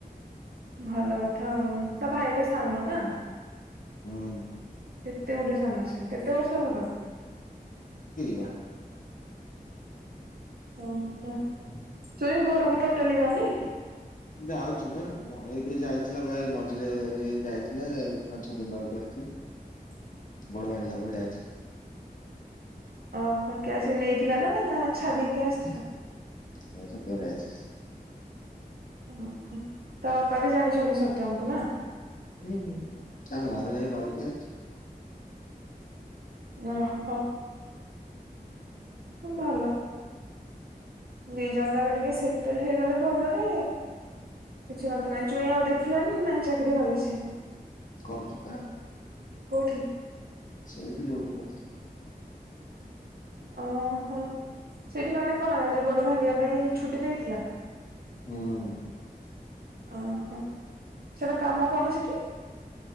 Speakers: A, on the right; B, on the left.
A: ଭଲ କଥା ଆଉ ତ ଭାଇତ ସାନ ନା?
B: ହୁଁ ।
A: କେତେ ଗୋଟେ ସାନ ସେ କେତେ ବର୍ଷ ହବ ତାକୁ?
B: କେଜାଣି
A: ହଁ ହଁ ଚୁଇଁ ଘରକୁ ଟୋଟାଲି ଯାଉନି?
B: ଯାଉଛି ନା ଏବେ ଯାଇଥିଲା ବା ଏ ମଝିରେ ଏ ଯାଇଥିଲା ପାଞ୍ଚ ଛଅ ଦିନ ରହିକି ଆସିଲା ।
A: ହ <unintelligible>
B: ବୋଡ ହେଲା ପରେ ଯାଇଥିଲା।
A: ଓ କିଏ ଆସିକି ନେଇଥିଲା, ନା ଛାଡିକି କିଏ ଆସିଥିଲା?
B: ହ ସତଳ ଯାଇଛଥିଲା।
A: ହୁଁ ତା ବାପା ବି ଜାଣିଛନ୍ତି ସତ୍ୟମକୁ ନା?
B: ହୁଁ ହୁଁ ତାଙ୍କ ଘରେ ଯାଇକି ରହିକି ଆଇଚି।
A: ଓ ହୋ । ଭଲ । ଦି ଜଣ ଯାକ ଟିକେ ସେଟେଲ ହେଇଗଲେ ଭଲରେ କିଛି କଥା ନାଇଁ ଚୁଇଁ ଆଉ ଦେଖିଲାଣି ନାଇଁ ଚାକିରି ବା କିଛି ।
B: କରୁଚି ପା
A: କଉଠି?
B: ସେଇଠି ଯୋଉଠି କରଥିଲି।
A: ଓହୋ ସେଇଠି ମାନେ କଣ ଏ ଯୋଉ ଗୋଡ ଭାଙ୍ଗିବା ପାଇଁ ଛୁଟି ନେଇଥିଲା?
B: ହୁଁ ।
A: ଓହୋ ସେଟା କାମ କଣ ସେଠି?